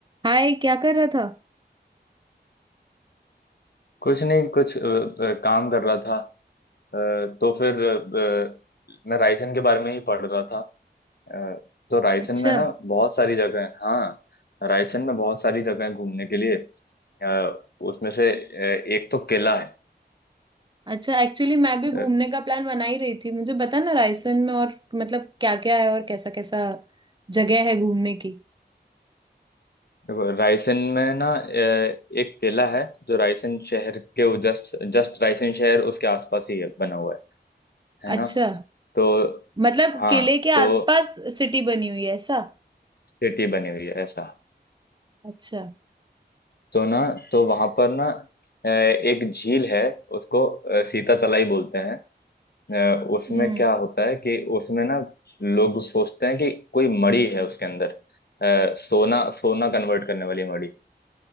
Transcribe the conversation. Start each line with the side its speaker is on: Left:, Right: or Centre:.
Right: हाय क्या कर रहा था
Left: कुछ नहीं कुछ अ, अ, काम कर रहा था अ, तो फिर अ, अ, मैं रायसेन के बारे में ही पढ़ रहा था अ, तो रायसेन
Right: अच्छा
Left: में ना बहुत सारी जगह है हाँ रायसेन में बहुत सारी जगह है घूमने के लिए अ, उसमें से अ, एक तो किला है
Right: अच्छा एक्चुअली मैं भी घूमने
Left: अ,
Right: का प्लान बना ही रही थी मुझे बता ना रायसन में और मतलब क्या क्या है और कैसा कैसा जगह है घूमने की
Left: देखो, रायसेन में ना अ, एक किला है जो रायसेन शहर के जस्ट जस्ट रायसेन शहर उसके आसपास ही है, बना हुआ है है
Right: अच्छा
Left: ना तो
Right: मतलब
Left: हाँ
Right: किले के आसपास
Left: तो
Right: सिटी बनी हुई है ऐसा
Left: सिटी बनी हुई है ऐसा
Right: अच्छा
Left: तो ना तो वहां पर ना अ, एक झील है उसको अ, सीता तलाई बोलते हैं अ, उसमें
Right: हम्म
Left: क्या होता है कि उसमें ना लोग सोचते हैं कि कोई मणि है उसके अंदर अ, सोना सोना कन्वर्ट करने वाली मणि